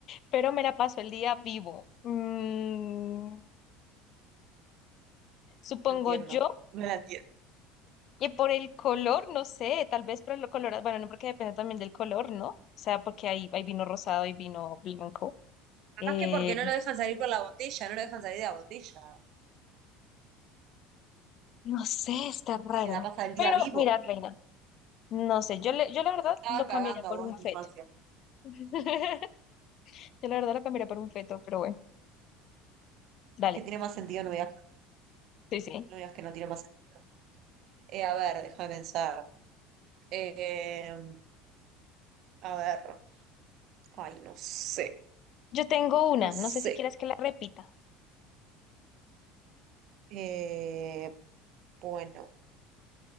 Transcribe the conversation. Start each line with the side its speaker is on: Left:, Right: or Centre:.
Left: Pero me la paso el día vivo. Mm, supongo
Right: No entiendo.
Left: yo
Right: No la entiendo.
Left: Y por el color, no sé, tal vez por el color, bueno, no porque depende también del color, ¿no? O sea, porque hay, hay vino rosado y vino blanco.
Right: Capaz
Left: Eh,
Right: que porque no lo dejan salir por la botella, no lo dejan salir de la botella.
Left: no sé, está raro.
Right: Y se la pasa el día
Left: Pero
Right: vivo.
Left: mira, Reina, no sé, yo, le- yo la verdad
Right: Te estaban
Left: lo
Right: cagando
Left: cambiaría por
Right: a vos
Left: un
Right: en tu
Left: feto.
Right: infancia.
Left: <laughs> Yo la verdad lo cambiaría por un feto, pero bueno, dale.
Right: Es que tiene más sentido, no me digas,
Left: Sí, sí.
Right: no me digas que no tiene más sentido. Eh, a ver, déjame pensar. Eh, a ver, ay, no sé,
Left: Yo tengo una,
Right: no sé.
Left: no sé si quieres que la repita.
Right: Eh, bueno,